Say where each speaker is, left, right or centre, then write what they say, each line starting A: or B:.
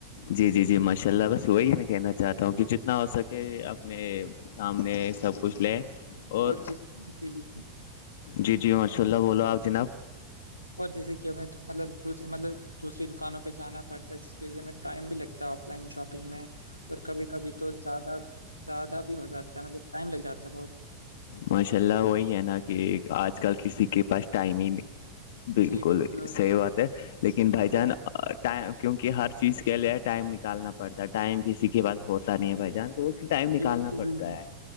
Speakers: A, on the left; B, on the left.
A: جی جی جی ماشاء اللہ بس وہی میں کہنا چاہتا ہوں کہ جتنا ہو سکے اپنے سامنے سب کچھ لے اور
B: جس جی، جی،
A: جی جی ماشاء اللہ بولو آپ جناب
B: اور جیسے کہ ہمیں مطلب دوسرے مطلب دوسری دکانوں پہ جانا پڑتا ہے جس کی وجہ ہم ٹائم بھی لگتا ہے آف لائن شاپنگ میں اور کبھی کبھی تو زیادہ زیادہ بھی ہو جاتا ہے مطلب ٹائم لگ جاتا ہے بہت
A: ماشاء اللہ وہی ہے نا کہ اج کل کسی کے پاس ٹائم ہی بالکل
B: جی، اور
A: صحی بات ہے لیکن بھائی
B: بہت
A: جان ٹ کیونکہ ہر چیز کے لیے ٹائم نکالنا پڑتا ہے ٹائم کسی کے باس ہوتا نہیں ہے بھائی جان تو ٹائم
B: بالکل
A: نکالنا پڑتا
B: بالکل
A: ہے